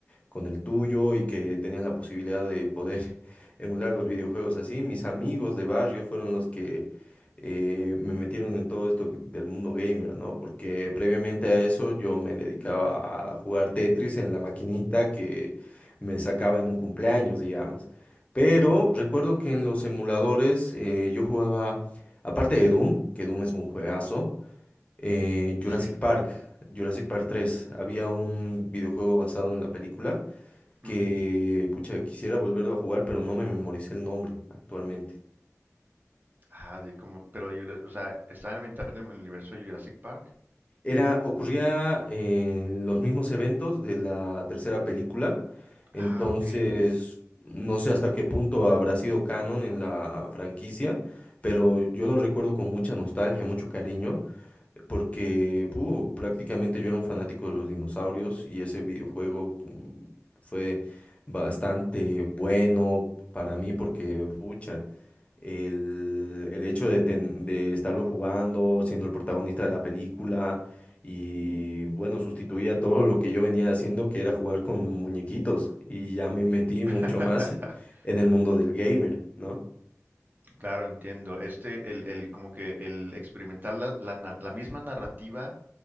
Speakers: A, on the left; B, on the right.
A: con el tuyo y que tenías la posibilidad de poder <laughs> emular los videojuegos así. Mis amigos de barrio fueron los que eh, me metieron en todo esto del mundo gamer, ¿no? Porque previamente a eso yo me dedicaba a jugar Tetris en la maquinita que me sacaba en un cumpleaños, digamos. Pero
B: Ujú,
A: recuerdo que en los emuladores eh, yo jugaba, aparte de Doom, que Doom es un juegazo, eh, Jurassic
B: Sí,
A: Park,
B: claro.
A: Jurassic Park tres. Había un videojuego basado en la película
B: Ujú.
A: que, pucha, quisiera volverlo a jugar, pero no me memoricé el nombre actualmente.
B: Ah, de como, pero, Jura- o sea, estaba ambientado en el universo de Jurassic Park.
A: Era, ocurría en los mismos eventos de la tercera película, entonces
B: Ah, ok, ok.
A: no sé hasta qué punto habrá sido canon en la franquicia, pero yo lo recuerdo con mucha nostalgia, mucho cariño, porque uh, prácticamente yo era un fanático de los dinosaurios y ese videojuego mm, fue bastante bueno para mí porque, pucha. el, el hecho de, ten- de estarlo jugando, siendo el protagonista de la película y bueno, sustituía todo lo que yo venía haciendo, que era jugar con muñequitos y ya me metí mucho
B: <laughs>
A: más en el mundo del gamer, ¿no?
B: Claro, entiendo. Este, el, el, como que el experimentar la, la na- la misma narrativa